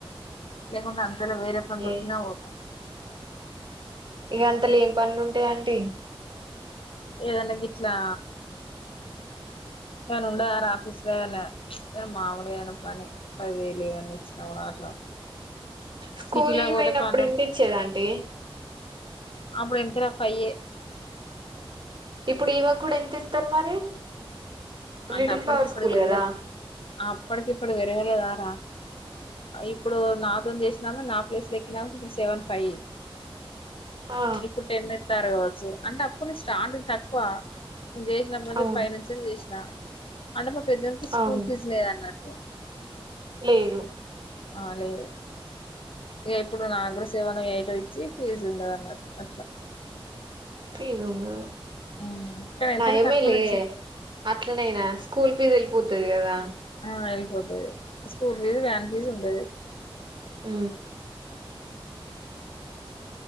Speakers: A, on the left (about 65°); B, on the right (about 55°).
A: లే అంత ఇలా వేరే పని దొరికిన
B: ఏ
A: పోత
B: ఏ అంతలో ఏ పనులు ఉంటాయి ఆంటీ
A: ఏదన్నా గిట్లా ఏమన్నా ఉండవరా ఆఫీసులో ఏమన్నా మామూలుగా ఏమన్నా పని పదివేలు ఏమన్నా ఇచ్చిన కూడా అట్లా
B: స్కూల్
A: సిటీలో పోతే
B: పోయినప్పుడు
A: పనులు
B: ఎంత ఇచ్చేది ఆంటీ
A: అప్పుడు ఎంత రా ఫైవ్ ఏ
B: ఇప్పుడు ఈవక కూడా ఎంత ఇస్తారు మరి
A: అంటే
B: లిటిల్
A: అప్పటికి
B: ఫ్లవర్
A: ఇప్పుడు
B: స్కూల్
A: పెరగలె
B: కదా
A: అప్పటికి ఇప్పుడు పెరగలేదరా ఇప్పుడు నాతో చేసిన ఆమె నా ప్లేస్ లో ఎక్కిన ఆమె సెవన్ ఫైవ్
B: ఆ
A: ఇప్పుడు టెన్ ఇస్తారు కావచ్చు అంటే అప్పుడు స్టార్టింగ్ తక్కువ నేను చేసినపుడు
B: అవును
A: ఫైనల్ అవునా అంటే మా పెద్దోడికి స్కూల్
B: అవును
A: పీస్ లేదన్నాటు తో <inaudible>
B: లేదు
A: ఆ లేదు ఇప్పుడు నాగ్ర సేవన వయటం ఇచ్చి ఫీజు ఉండదు అన్న అట్లా
B: ఫీజ్ ఉందా
A: ఉమ్, కానీ ఎంతైనా
B: నయమేలే
A: తక్కువ నుంచి
B: అట్లనైనా స్కూల్ ఫీజు ఉత్తది కదా
A: ఆ అయిపోతది స్కూల్ ఫీజు వ్యాన్ ఫీజు ఉండదు
B: ఆ